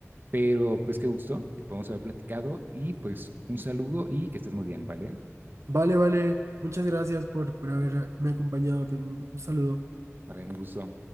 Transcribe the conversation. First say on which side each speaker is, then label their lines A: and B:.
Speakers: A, on the right (about 40°); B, on the right (about 70°).
A: Pero pues qué gusto que podamos haber platicado y pues un saludo y que estés muy bien, ¿vale?
B: Vale, vale. Muchas gracias por, por haberme acompañado. Te- Un un saludo.
A: Vale, un gusto.